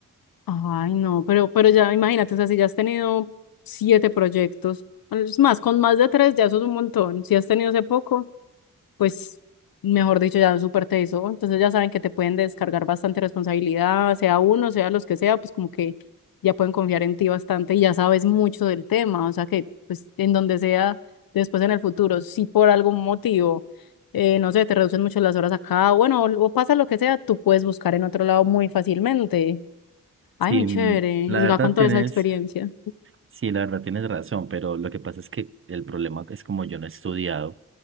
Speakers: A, on the left; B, on the right.
A: Ay, no, pero, pero ya imagínate, o sea, si ya has tenido siete proyectos, es más, con más de tres ya eso es un montón. Si has tenido hace poco, pues, mejor dicho, ya súper te hizo. Entonces ya saben que te pueden descargar bastante responsabilidad, sea uno, sea los que sea, pues como que ya pueden confiar en ti bastante y ya sabes mucho del tema, o sea que, pues, en donde sea, después en el futuro, si por algún motivo, eh, no sé, te reducen mucho las horas acá, bueno, o o pasa lo que sea, tú puedes buscar en otro lado muy fácilmente
B: Sí,
A: Ay, muy chévere.
B: mm,
A: Y
B: la verdad
A: ya con
B: tienes,
A: toda esa experiencia.
B: sí, la verdad tienes razón, pero lo que pasa es que el problema es como yo no he estudiado,